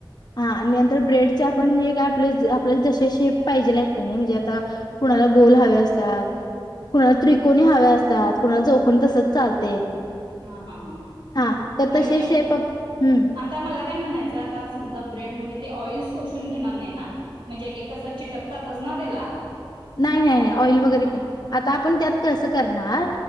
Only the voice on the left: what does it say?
हा आणि नंतर ब्रेड पण जे काय आपल्या ज शेप पाहिजे आहेत का नाही म्हणजे आ कुणाला गोल हवे असतात कोुणाला त्रिकोणी हवे असतात कुणाला चौकणी तसंच चालते
हा तर
तसे शेप आप- हम्म
नाही नाही
नाही
ऑइल वगैरे
का आता आपण त्यात कसं करणार